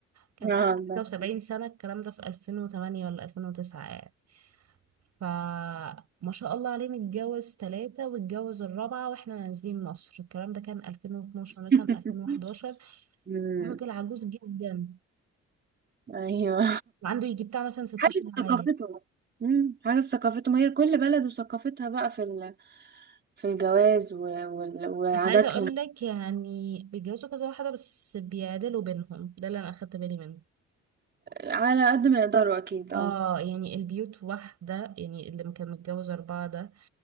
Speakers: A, on the right; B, on the right.
A: كان ساعتها
B: اه بس.
A: حاجة وسبعين سنة الكلام ده في 2008 ولا 2009 يعني فما شاء الله عليه متجوز ثلاثة واتجوز الرابعة واحنا نازلين مصر الكلام ده كان 2012 مثلا
B: <laughs>
A: 2011
B: مم.
A: هو راجل عجوز جدا
B: ايوه
A: وعنده يجي بتاع مثلا
B: <laughs>
A: 16
B: حاجة في
A: عيل
B: ثقافته مم. حاجة في ثقافته ما هي كل بلد وثقافتها بقى في ال... في الجواز و... وال... وعاداتهم
A: بس عايزة اقول لك يعني بيتجوزوا كذا واحدة بس بيعدلوا بينهم ده اللي انا اخدت بالي منه
B: على قد ما يقدروا أكيد
A: اه
B: اه
A: يعني البيوت واحدة يعني اللي كان متجوز أربعة ده